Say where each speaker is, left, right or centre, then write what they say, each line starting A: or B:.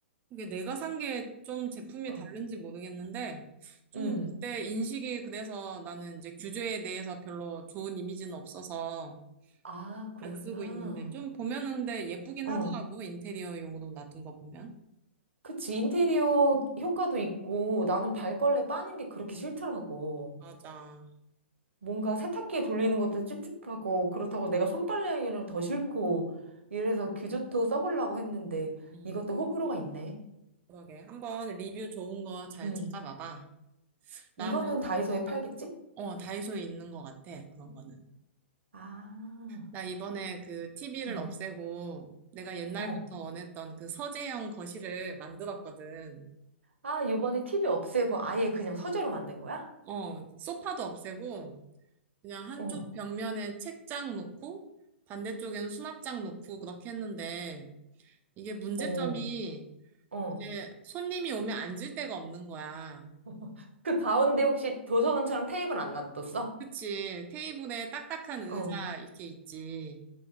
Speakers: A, on the right (about 25°); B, on the right (about 80°).
A: 이게 내가 산 게 좀 제품이
B: 어.
A: 다른지 모르겠는데 좀
B: 응.
A: 그때 인식이 그래서 나는 이제 규제에 대해서 별로 좋은 이미지는 없어서
B: 아, 그랬구나.
A: 안 쓰고 있는데 좀 보면은 근데 예쁘긴
B: 어.
A: 하더라고 인테리어용으로 놔둔 거 보면.
B: 그치. 인테리어 효과도 있고 나는 발걸레 빠는 게 그렇게 싫더라고.
A: 맞아.
B: 뭔가 세탁기에 돌리는 것도 찝찝하고 그렇다고 내가 손빨래 하기는 더 싫고 이래서 규조토 써보려고 했는데
A: 음,
B: 이것도 호불호가 있네.
A: 그러게. 한번 리뷰 좋은 거 잘
B: 음.
A: 찾아봐봐.
B: 이거는
A: 나는,
B: 다이소에 팔겠지?
A: 어, 다이소에 있는 것 같아. 그런 거는.
B: 아.
A: 나 이번에 그 TV를
B: 음.
A: 없애고 내가 옛날부터
B: 어.
A: 원했던 그 서재형 거실을 만들었거든.
B: 아, 요번에 티비 없애고 아예 그냥 서재로 만든 거야?
A: 어, 소파도 없애고 그냥 한쪽
B: 어.
A: 벽면에 책장 놓고 반대쪽에는 수납장 놓고 그렇게 했는데 이게 문제점이
B: 어. 어.
A: 이제 손님이 오면 앉을 데가 없는 거야.
B: <laughs> 그 가운데 혹시 도서관처럼 테이블 안 놔뒀어?
A: 그치. 테이블에 딱딱한 의자
B: 어.
A: 이렇게 있지.